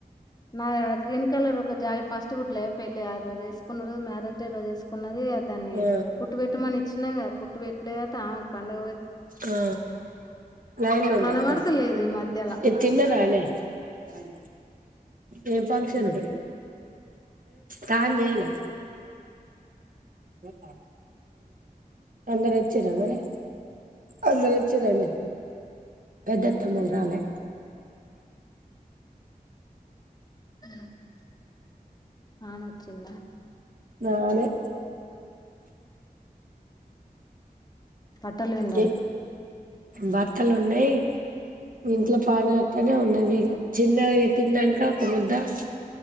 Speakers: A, on the left; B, on the right.
A: ఆ గ్రీన్ కలర్ ఒక జాకెట్ ఫస్ట్ కుట్లే పెళ్లి ఆ రోజు ఏసుకున్నుడు మ్యారేజ్ డే రోజు ఏసుకున్నదే గదా ద్దాన్ని
B: ఆ
A: కుట్టు వెట్టు మని ఇచ్చినా గదా కుట్టు పెట్ట్లేదు అంటే ఆమెకు పండగ పో
B: ఆ లైన్ లో ఉండ
A: కనబడతలేదు
B: అక్క
A: ఈ మధ్యలా
B: ఇది తిన్నరా ఆనే అలాగ ఏ ఫంక్షను తాన్ చేయలే ఉ అందరు వచ్చిర్ర మరె అందరొ వచ్చిండ్రామే పెద్ద అత్త మామ రాలా
A: అవును వాన వచ్చిండా
B: రాలే
A: పట్టలు విం
B: ఎ బట్టలు ఉన్నాయ్ ఇంట్లో
A: ఉమ్,
B: పాన నే ఉన్నది ఇక చిన్నవి తింన్నాంక కమద్ దస్